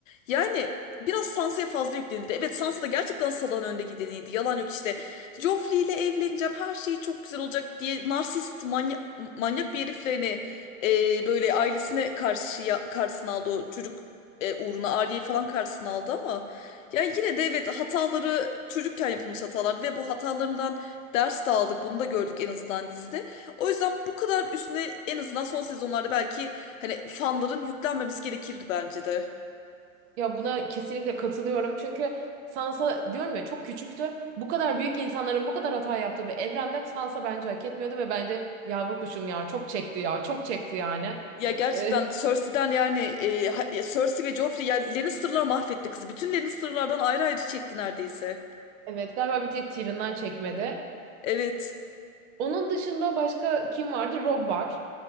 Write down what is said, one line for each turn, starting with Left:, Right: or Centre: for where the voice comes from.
Left: Yani biraz Sansa'ya fazla yüklenildi. Evet Sansa da gerçekten salağın önde gideniydi. Yalan yok işte. Joffrey ile evleneceğim. Her şey çok güzel olacak diye narsist manyak, manyak bir herifle hani e, böyle ailesine karşı karşısına aldı o çocuk e, uğruna Arya'yı falan karşısına aldı ama yani yine de evet hataları çocukken yapılmış hatalar ve bu hatalarından ders de aldık. Bunu da gördük en azından dizide. O yüzden bu kadar üstüne en azından son sezonlarda belki hani fanların yüklenmemesi gerekirdi bence de.
Right: Ya buna kesinlikle katılıyorum. Çünkü Sansa diyorum ya çok küçüktü. Bu kadar büyük insanların bu kadar hata yaptığı bir evrende Sansa bence hak etmiyordu ve bence yavru kuşum ya çok çekti ya çok çekti yani.
Left: Ya gerçekten
Right: E,
Left: Cersei'den yani e, ha- ya Cersei ve Joffrey ya Lannister'lar mahvetti kızı. Bütün Lannister'lardan ayrı ayrı çekti neredeyse.
Right: <laughs> evet galiba bir tek Tyrion'dan çekmedi.
Left: Evet.
Right: Onun dışında başka kim vardı? Rob var.